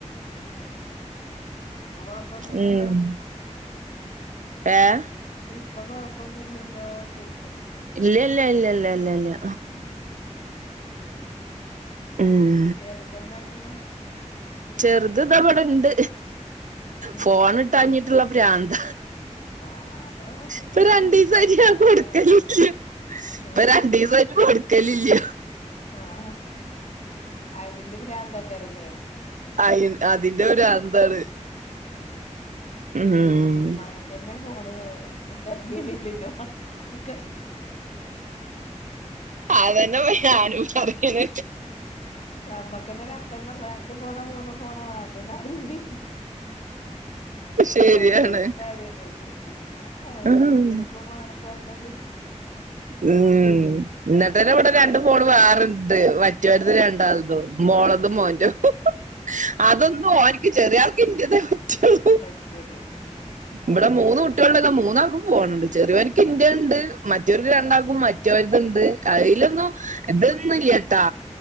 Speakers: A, on the left; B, on the right.
A: ഉം ഉം അൊ കൊഴപ്പൊന്നുംല്ലല്ലോ
B: ഉം ഏഹ്.
A: ഇപ്പൊ കൊഴപ്പൊന്നുംല്ലല്ലോ ചോയ്ക്ക
B: ഇല്ല ല്ല ഇല്ല ഇല്ല ഇല്ല ഇല്ല.
A: ആഹ്.
B: ഉം
A: <unintelligible> തെന്താട്ട്ണ്.
B: ചെറുത് തവിടെണ്ട്
A: ഉം
B: ഫോണ ഇട്ടാഞ്ഞി്ട്ട് ള്ള ഭ്രാന്ത.
A: ആഹ്. മക്കൾക്കൊക്കെ
B: പ്പം രണ്ടിസായിട്ട്
A: അത്യാവശ്യം
B: ഞാൻ
A: വേണ്ട
B: കൊടുക്കലില്ല
A: കാര്യല്ലേ
B: പ്പം
A: ഏഹ്
B: രണ്ടിസായിട് കൊടു കല്ലില്ല
A: ആഹ് അതിന്റെ ഭ്രാന്തആകാരല്ലേ
B: അ അതിന്റെ ഭ്രാന്താണ്.
A: ഉം
B: ഉം
A: ഉ മ എന്നെ ഫോൺ ഇതാകിലെനോ മക്കൾക്കും കൊടുക്കാൻ
B: അതെന്നെപ്പോ ഞാനും പറയ്ണത്
A: നമ്മക്കെന്നെ രണ്ടെണ്ണം രണ്ട് ഫോണോ മൂന്ന് ഫോണോ വാണ്ടിന്ന്അറിയേണില്ല
B: ശരിയാണ്
A: ഓരോരോ കാര്യങ്ങൾക്ക് അതു
B: ഉം
A: കുട്ടികൾക്കും വേണന്ന് പറഞ്ഞാല്
B: ഉം ഇന്നിട്ടന്നെ ഇവിടെ രണ്ട് ഫോൺ വേറണ്ട് മറ്റൊരുത്
A: ആഹ്
B: രണ്ടാളുത്തും മോളതും
A: ആഹ്
B: മോന്റതും
A: ഉം
B: അതൊന്നും ഓന്ക് ചെറിയൾക് ഇന്റത്തെ പറ്റുള്ളൂ
A: പച്ചേള്ളൂ ഉം <unintelligible>
B: ഇവിടെ മൂന്ന് കുട്ടികളുണ്ടെങ്കി മൂന്നാകും ഫോണുണ്ട് ചെറിയാൾക് ഇന്റെണ്ട് മറ്റൊര്ക് രണ്ടാൾക്കും മ മറ്റൊരുത്ണ്ട് അതിലൊന്നും
A: ആഹ്
B: ഇതൊന്നും ഇല്ലാട്ടാ